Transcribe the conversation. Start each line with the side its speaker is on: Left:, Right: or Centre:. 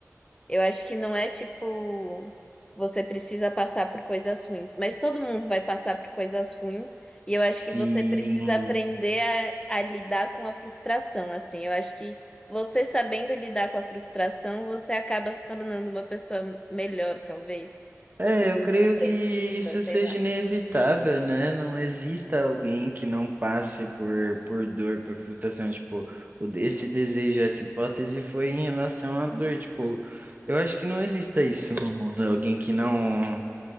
Left: Eu acho que não é tipo você precisa passar por coisas ruins, mas todo mundo vai passar por coisas ruins
Right: Sim.
Left: e eu acho que você precisa aprender a, a lidar com a frustração, assim. Eu acho que você sabendo lidar com a frustração, você acaba se tornando uma pessoa melhor, talvez,
Right: É,
Left: tipo,
Right: eu creio
Left: compreensiva,
Right: que isso
Left: sei
Right: seja
Left: lá.
Right: inevitável, né? Não exista alguém que não passe por, por dor, por frustração. Tipo, o, esse desejo, essa hipótese foi em relação à dor. Tipo, eu acho que não exista isso no mundo. Alguém que não.